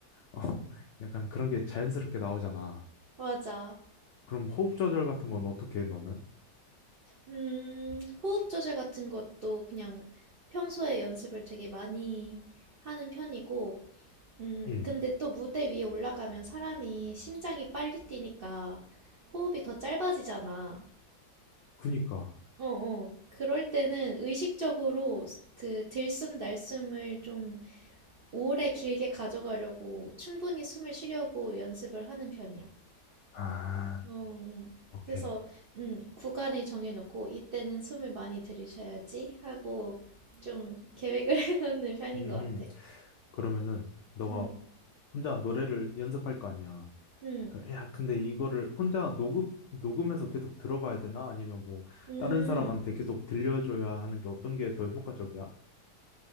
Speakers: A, on the left; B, on the right.
A: <laughs> 어, 약간 그런 게 자연스럽게 나오잖아.
B: 맞아.
A: 그럼 호흡 조절 같은 건 어떻게 해, 너는?
B: 음, 호흡 조절 같은 것도 그냥 평소에 연습을 되게 많이 하는 편이고, 음,
A: 응,
B: 근데 또 무대 위에 올라가면 사람이 심장이 빨리 뛰니까 호흡이 더 짧아지잖아.
A: 그니까.
B: 어, 어. 그럴 때는 의식적으로 그 들숨 날숨을 좀 오래 길게 가져가려고 충분히 숨을 쉬려고 연습을 하는 편이야.
A: 아,
B: 음,
A: 오케이.
B: 그래서 음, 구간을 정해놓고 이때는 숨을 많이 들이셔야지 하고 좀 계획을 <laughs> 해놓는 편인
A: 음,
B: 것 같아.
A: 그러면은 너가
B: 음,
A: 혼자 노래를 연습할 거 아니야.
B: 음,
A: 그- 야, 근데 이거를 혼자 녹음, 녹음해서 계속 들어봐야 되나? 아니면 뭐,
B: 음.
A: 다른 사람한테 계속 들려줘야 하는 게 어떤 게 더 효과적이야?